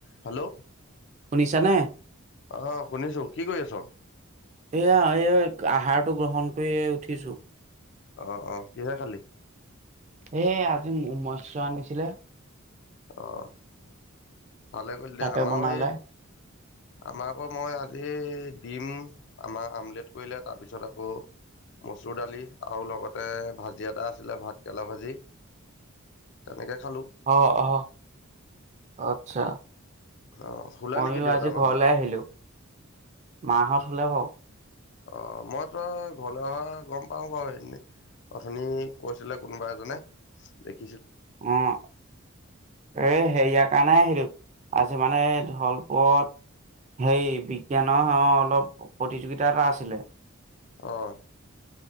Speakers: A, on the left; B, on the right.
A: Hello.
B: শুনিছানে?
A: অহ, শুনিছোঁ, কি কৰি আছ'?
B: এয়া এই আহাৰটো গ্ৰহণ কৰি উঠিছোঁ।
A: অ', অ', কিহে খালি?
B: এ আজি মৎস আনিছিলে।
A: অ'। ভালে কৰিলে
B: তাকে
A: দে, আমাৰো
B: বনালে।
A: এই আমাৰ আকৌ মই আজি ডিম আমাৰ আমলেট কৰিলে তাৰপিছত আকৌ মচুৰ দালি আৰু লগতে ভাজি এটা আছিলে, ভাত কেৰেলা ভাজি। তেনেকৈ খালোঁ
B: অহ, অহ, আচ্ছা।
A: অঁ শুলে
B: ময়ো
A: নেকি দেউতা
B: আজি
A: মাহঁত
B: ঘৰলে আহিলোঁ। মাহঁত শুলে বাৰু।
A: অ', মই তই ঘৰলৈ অহা গম পাওঁ বাৰু এনেই। অথনি কৈছিলে কোনোবা এজনে দেখ
B: উম, এই হেৰি ইয়াক কাণাই আহিলো, আজি মানে ধলপুৰত হেৰি, বিজ্ঞানৰ অলপ প্ৰতিযোগিতা এটা আছিলে।
A: অহ।